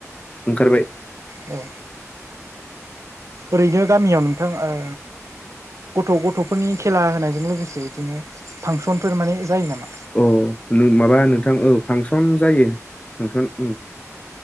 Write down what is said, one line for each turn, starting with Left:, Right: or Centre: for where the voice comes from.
Left: ओंखारबाय
Right: औ ओरैनो गामियाव नोंथां ओ गथ' गथ'फोरनि खेला होनायजों लोगोसे इदिनो फांसनफोर माने जायो नामा
Left: अ नु माबा नोंथां औ फांसन जायो फांसन उम